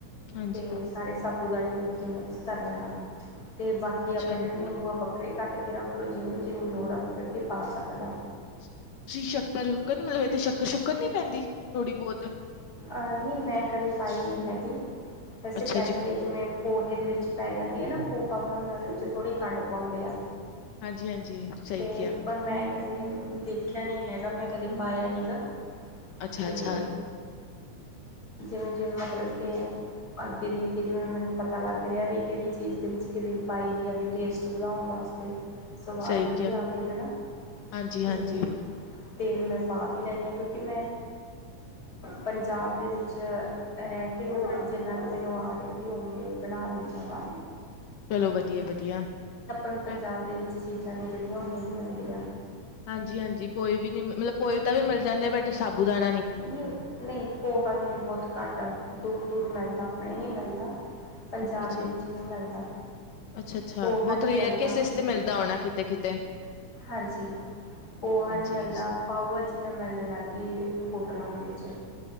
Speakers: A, on the left; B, on the left.
A: ਹਾਂਜੀ,
B: ਤੇ ਸਾਰੇ ਸਭ ਉਹ ਦਾਣੇ ਦੇ ਉੱਤੇ ਮਿਕਸ ਕਰ ਲੈਣਾ। ਤੇ ਬਾਕੀ
A: ਅੱਛਾ
B: ਆਪ ਜਿਹੜੇ
A: ਜੀ,
B: ਨਿੰਬੂ ਆਪਾ ਕੱਟ ਕੇ ਰੱਖ ਲਉ, ਜਿਹਨੂੰ ਜਿੰਨੀ ਲੋੜ ਆ, ਮਤਲਬ ਕਿ ਪਾ ਸਕਦਾ।
A: ਤੁਸੀਂ ਸ਼ੱਕਰ ਸ਼ੁੱਕਰ ਨੀ, ਮਤਲਬ ਇਹ ਤੇ ਸ਼ੱਕਰ ਸ਼ੁੱਕਰ ਨੀ ਪੈਂਦੀ ਥੋੜ੍ਹੀ ਬਹੁਤ।
B: ਆਹ ਨਹੀਂ ਮੈਂ ਕਦੇ ਪਾਈ ਨਹੀਂ ਹੈਗੀ, ਵੈਸੇ
A: ਅੱਛਾ
B: ਪੈਂਦੀ
A: ਜੀ,
B: ਹੈ ਜੇਵੇ ਪੋਹੇ ਦੇ ਵਿੱਚ ਪੈ ਜਾਂਦੀ। <unintelligible> ਆਪਾ ਬਣਾਦੇ ਉਹਦੇ ਵਿੱਚ ਥੋੜੀ ਖੰਡ ਪਾਉਦੇ ਆ।
A: ਹਾਂਜੀ, ਹਾਂਜੀ, ਸਹੀ
B: ਤੇ
A: ਕਿਹਾ।
B: ਪਰ ਮੈਂ ਕਦੇ ਦੇਖਿਆ ਨੀ ਹੈਗਾ, ਮੈਂ ਕਦੇ ਪਾਇਆ ਨੀ ਗਾ।
A: ਅੱਛਾ,
B: ਤੇ
A: ਅੱਛਾ
B: ਜਿਵੇਂ ਜਿਵੇਂ ਮਤਲਬ ਕਿ ਅੱਗੇ ਦੀ ਅੱਗੇ, ਜਿਵੇਂ ਮੈਨੂੰ ਪਤਾ ਲੱਗ ਰਿਹਾ, ਵੀ ਕਿਹੜੀ ਚੀਜ਼ ਦੇ ਵਿੱਚ ਕਿਵੇਂ ਪਾਈ ਦੀ ਹੈ ਵੀ ਟੇਸਟ ਬਣਉਣ ਵਾਸਤੇ। ਸਵਾਦ
A: ਸਹੀ
B: ਵਧੀਆ
A: ਕਿਹਾ।
B: ਆਵੇ ਹਨਾ
A: ਹਾਂਜੀ,
B: ਤੇ
A: ਹਾਂਜੀ
B: ਫਿਰ ਮੈਂ ਪਾ ਵੀ ਲੈਂਦੀ ਹਾਂ ਕਿਉਂਕਿ ਮੈਂ ਪੰਜਾਬ ਦੇ ਵਿੱਚ। ' ਚ ਰਹਿ ਕੇ ਮਤਲਬ ਜਿੰਨਾ ਕੁ ਮੈਨੂੰ ਆ ਰਿਹਾ ਵੀ ਉਵੇਂ ਬਣਾ ਲਈ ਦਾਵਾ।
A: ਚਲੋ ਵਧੀਆ ਵਧੀਆ
B: ਨੂੰ ਪੰਜਾਬ
A: ਮੈਂ।
B: ਦੇ ਵਿੱਚ ਚੀਜ਼ਾਂ ਨੇ ਜਿਹੜੀਆਂ ਉਹ ਨਹੀਂ ਮਿਲਦੀਆਂ।
A: ਹਾਂਜੀ ਹਾਂਜੀ ਕੋਈ ਵੀ ਨੀ ਮਤਲਬ ਕੋਏ ਤਾਂ ਵੀ ਮਿਲ ਜਾਂਦੇ ਬਟ ਸਾਬੂ ਦਾਣੇ।
B: ਨਹੀਂ ਨਹੀਂ ਪੋਹਾ ਵੀ ਨੀ ਬਹੁਤ ਘੱਟ ਦੂਰ ਦੂਰ ਮਿਲਦੀ। ਜਿਦਾ ਆਪਣੇ ਨਹੀਂ ਮਿਲਦਾ। ਪੰਜਾਬ
A: ਅੱਛਾ, ਅੱਛਾ,
B: ਦੇ ਵਿੱਚ ਨਹੀਂ ਮਿਲਦਾ
A: ਅੱਛਾ ਅੱਛਾ,
B: ਪੋਹਾ
A: ਬਹੁਤ
B: ਨਹੀਂ
A: ਰੇਅਰ
B: ਮਿਲਦਾ
A: ਕੇਸਿਸ ਤੇ ਮਿਲਦਾ ਹੋਣਾ ਕਿਤੇ, ਕਿਤੇ
B: ਹਾਂਜੀ ਪੋਹਾ
A: ਹਾਂਜੀ।
B: ਨਹੀਂ ਮਿਲਦਾ ਪਾਊਆ ਜੀ ਤਾਂ ਮਿਲਣ ਲੱਗ ਗਈ। ਹੋਟਲਾਂ ਦੇ ਵਿੱਚ।